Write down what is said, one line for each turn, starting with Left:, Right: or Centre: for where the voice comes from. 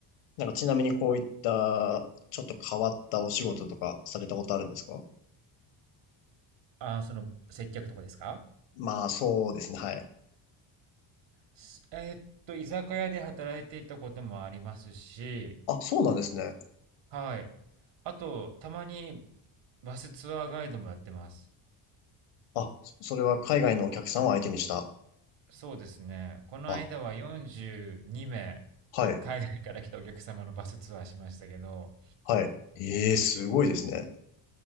Left: なんかちなみにこういったちょっと変わったお仕事とかされたことあるんですか
Right: ああ、その接客とかですか
Left: まあそうですね、はい。
Right: すえーっと、居酒屋で働いていたこともありますし、
Left: あ、そうなんですね。
Right: はい。あと、たまにバスツアーガイドもやってます。
Left: あ、そそれは海外のお客さんを相手にした。
Right: そうですね。この間は42名、
Left: あ、はい、
Right: 海外から来たお客様のバスツアーしましたけど、
Left: はい。ええ、すごいですね。